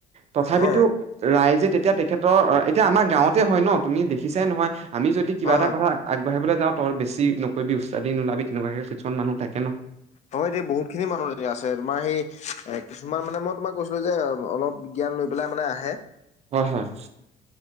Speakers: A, on the right; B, on the left.
A: তথাপিটো
B: হয়
A: ৰাইজে যে তেতিয়া তেখেতৰ এতিয়া আমাৰ গাঁৱতে হয় ন তুমি দেখিছাই নহয় আমি যদি কিবা
B: হয়
A: এটা কথা আগ সেইফালে যাওঁ তাই বেছ নকৈবি উস্তাদি নোলাবি তেনেকুৱাকে কিছুমান মানুহ থাক
B: হয় দেই বহুত খিনি মানুহে আছে তোমাৰ সেই এ কিছুমান মানে মই তোমাক কৈছো যে অলপ জ্ঞান লৈ পেলাই মানে আহে
A: হয় হয়